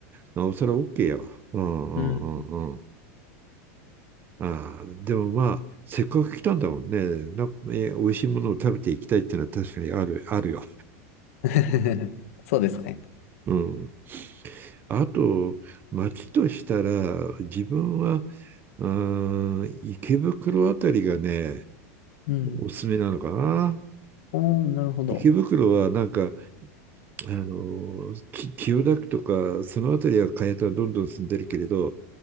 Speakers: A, on the right; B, on the left.
A: なおさら OK やわ。うんうんうんうん。
B: うん。
A: ああ、でもまあ、せっかく来たんだもんね。な、えー美味しいものを食べていきたいっていうのは確かにある、あるよ。
B: <laughs> そうですね。
A: うん。あと、街としたら、自分は、うん、池袋あたりがね、
B: うん。
A: おすすめなのかな。
B: おー、なるほど。
A: 池袋はなんか、あの、き千代田区とか、そのあたりは開発はどんどん進んでるけれど、